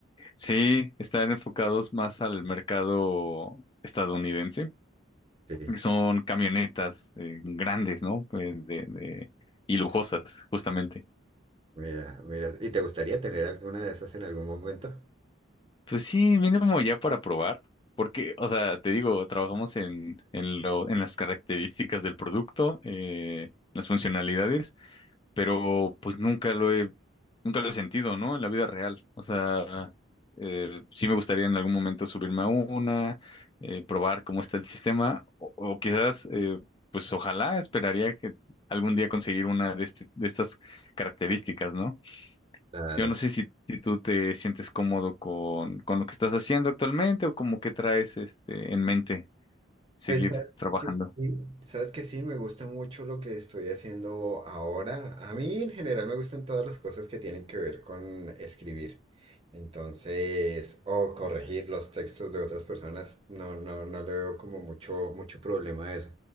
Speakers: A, on the left (about 25°); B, on the right (about 25°).
A: Sí, están enfocados más al mercado estadounidense,
B: Sí,
A: que son camionetas eh, grandes, ¿no? Pues, de, de- y lujosas,
B: sí,
A: justamente.
B: mira, mira. ¿Y te gustaría tener alguna de esas en algún momento?
A: Pues sí, mínimo ya para probar, porque, o sea, te digo, trabajamos en, en lo, en las características del producto, eh, las funcionalidades, pero pues nunca lo he, nunca lo he sentido, ¿no? En la vida real. O sea, eh, sí me gustaría en algún momento subirme a una, eh, probar cómo está el sistema, o, o quizás, eh, pues ojalá esperaría que algún día conseguir una de este, de estas características, ¿no?
B: Claro.
A: Yo no sé si, si tú te sientes cómodo con, con lo que estás haciendo actualmente o como que traes este en mente seguir
B: Pues sabes
A: trabajando.
B: que sí, sabes que sí, me gusta mucho lo que estoy haciendo ahora. A mí en general me gustan todas las cosas que tienen que ver con escribir. Entonces, o corregir los textos de otras personas, no, no, no le veo como mucho, mucho problema a eso.